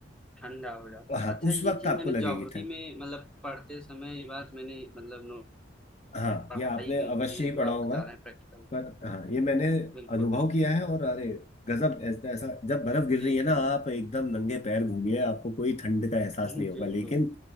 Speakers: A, in the centre; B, on the left (about 35°).
A: ठंडा हो जाता
B: हाँ
A: है अच्छा
B: उस
A: ये
B: वक्त
A: चीज
B: आपको
A: मैंने
B: लगेगी
A: ज्योग्राफी में मतलब पढ़ते समय ये बात मैंने मतलब नो
B: हाँ
A: पढ़ाई
B: ये आपने
A: गई
B: अवश्य
A: है
B: ही
A: जो
B: पढ़ा
A: आप
B: होगा
A: बता रहे हैं प्रैक्टिकल
B: पर हाँ ये मैंने
A: बिल्कुल
B: अनुभव किया है और अरे गजब ऐसा ऐसा जब बर्फ गिर
A: जी
B: रही है ना
A: जी
B: आप एकदम नंगे पैर घूमिए आपको कोई ठंड का एहसास
A: <laughs>
B: नहीं होगा
A: बिल्कुल
B: लेकिन